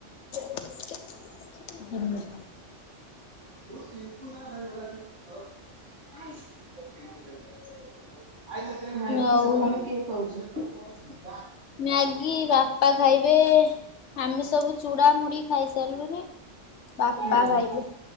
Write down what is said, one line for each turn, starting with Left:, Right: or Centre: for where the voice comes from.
Left: <inaudible> ହୁଁ।
Right: <inaudible> <inaudible> <inaudible> ମ୍ୟାଗି
Left: ଆଉ
Right: ସକାଳୁ କିଏ ଖାଉଛି? <inaudible>
Left: ମ୍ୟାଗି ବାପା ଖାଇବେ ଆମେ ସବୁ ଚୁଡ଼ା ମୁୁଡି ଖାଇସାରିଲୁନି ବାପା
Right: ହୁଁ
Left: ଖାଇବେ